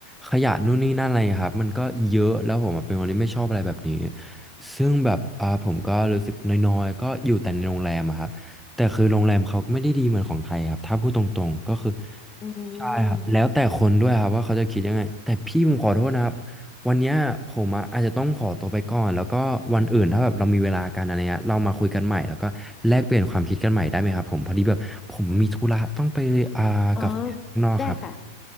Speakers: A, in the centre; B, on the left.
A: ขยะนู่นนี่นั่นอะไรครับมันก็เยอะแล้วผมอะเป็นคนที่ไม่ชอบอะไรแบบนี้ซึ่งแบบอ่าผมก็รู้สึกน้อยๆก็อยู่แต่ในโรงแรมอะครับแต่คือโรงแรมเขาก็ไม่ได้ดีเหมือนของไทยครับถ้าพูดตรงๆก็คือ
B: อืม
A: ใช่ครับแล้วแต่คนด้วยครับว่าเขาจะคิดยังไงแต่พี่ผมขอโทษนะครับวันเนี้ยผมอะอาจจะต้องขอตัวไปก่อนแล้วก็วันอื่นถ้าแบบเรามีเวลากันอะไรเงี้ยเรามาคุยกันใหม่แล้วก็แลกเปลี่ยนความคิดกันใหม่ได้ไหมครับผมพอดีแบบผมมีธุระต้องไปอ่ากับแฟนข้างนอกครับ
B: อ๋อได้ค่ะ